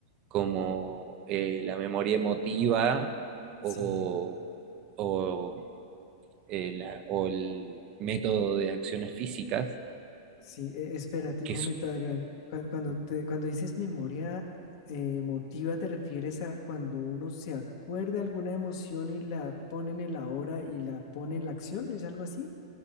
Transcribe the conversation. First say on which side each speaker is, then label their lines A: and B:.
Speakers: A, on the right; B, on the left.
A: como eh, la memoria emotiva o,
B: Sí.
A: o, eh, la- o el método de acciones físicas,
B: Sí, e- espérate
A: que
B: un momento,
A: es...
B: Adrián. Cu- Cuando te- cuando dices memoria eh, emotiva, ¿te refieres a cuando uno se acuerda alguna emoción y la pone en el ahora y la pone en la acción? ¿Es algo así?